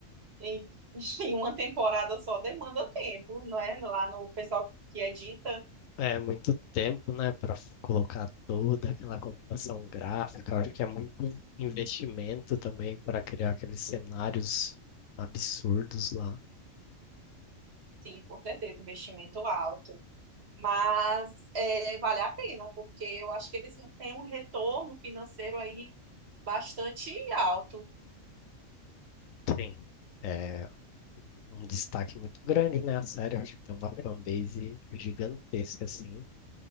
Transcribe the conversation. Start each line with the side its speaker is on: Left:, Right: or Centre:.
Right: em, <laughs> em uma temporada só demanda tempo, não é? Lá no pessoal que edita,
Left: É muito tempo, né, Pra f- colocar toda aquela computação gráfica. Eu acho que é muito investimento também para criar aqueles cenários absurdos lá.
Right: sim, com certeza, investimento alto. Mas é, vale a pena, porque eu acho que eles têm um retorno financeiro aí bastante alto.
Left: Sim, é um destaque muito grande, né, a série. Eu acho que tem uma fanbase gigantesca, assim.